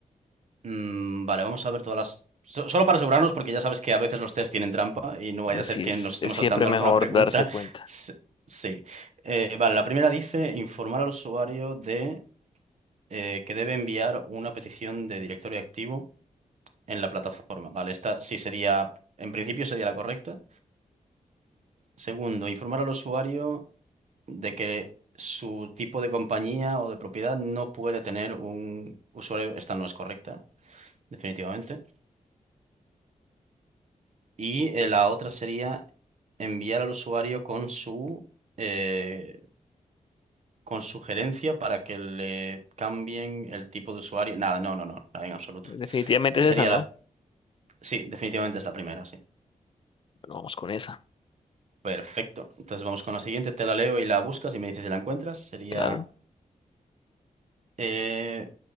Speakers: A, on the right; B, on the left.
A: Mm, vale, vamos a ver todas las. so- solo para asegurarnos, porque ya sabes que a veces los test tienen trampa y no vaya
B: Pues
A: a ser
B: Sí,
A: que
B: es
A: nos estemos
B: es siempre
A: saltando
B: mejor
A: alguna pregunta.
B: darse cuenta.
A: <laughs> S- Sí. Eh, vale, la primera dice informar al usuario de eh, que debe enviar una petición de directorio activo en la plataforma. Vale, esta sí sería, en principio sería la correcta. Segundo, informar al usuario. de que su tipo de compañía o de propiedad no puede tener un usuario. Esta no es correcta, definitivamente. Y eh, la otra sería enviar al usuario con su, eh, con su gerencia para que le cambien el tipo de usuario. Nada, no, no, no, nada en absoluto.
B: Definitivamente
A: Eh,
B: es
A: sería
B: esa, ¿no?
A: la... Sí, definitivamente es la primera, sí.
B: Bueno, vamos con esa,
A: Perfecto. Entonces vamos con la siguiente, te la leo y la buscas y me dices si la encuentras. Sería
B: claro.
A: eh,